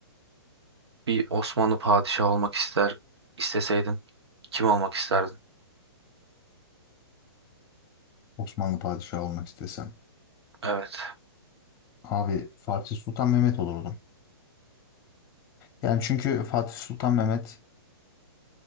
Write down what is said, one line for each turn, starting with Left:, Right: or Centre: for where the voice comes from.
Right: Bir Osmanlı padişahı olmak ister isteseydin kim olmak isterdin?
Left: Osmanlı padişahı olmak istesem.
Right: Evet.
Left: Abi Fatih Sultan Mehmet olurdum. Yani çünkü Fatih Sultan Mehmet